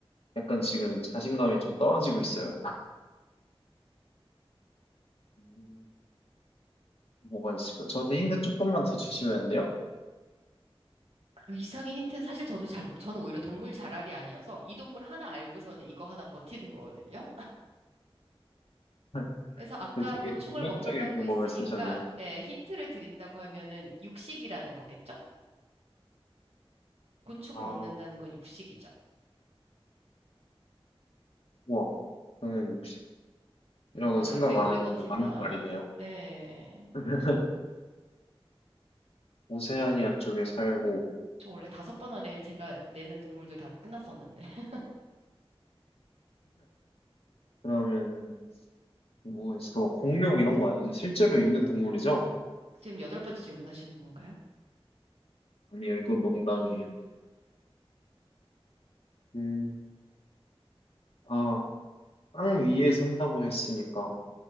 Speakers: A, on the left; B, on the right.
A: 약간 지금 자신감이 좀 떨어지고 있어요. 음, 뭐가 있을까? 저한테 힌트 조금만 더 주시면 안 돼요?
B: 그 이상의 힌트는 사실 저도 잘 모르, 저는 오히려 동물 자랄이 아니어서 이 동물 하나 알고서는 이거 하나 버티는 거거든요.
A: <laughs>
B: 그래서 아까
A: 그 되게
B: 곤충을
A: 전략적인
B: 먹는다고
A: 방법을
B: 했으니까,
A: 쓰셨네요.
B: 예, 힌트를 드린다고 하면은 육식이라는 거겠죠? 곤충을
A: 아,
B: 먹는다는 건 육식이죠.
A: 우와. 저는 육식이라고는
B: 와, 나
A: 생각
B: 꽤 오래
A: 안 했는데
B: 버틴다.
A: 맞는 말이네요.
B: 예.
A: <laughs> 오세아니아 쪽에 살고
B: 저 원래 다섯 번 안에 제가 내는 동물들 다 끝났었는데. <laughs>
A: 그러면은 뭐 있을까? 뭐 공룡 이런 거 아니죠? 실제로 있는 동물이죠?
B: 지금 여덟 번째 질문하시는 건가요?
A: 아니요, 이건 농담이에요. 음, 아, 땅 위에 산다고 했으니까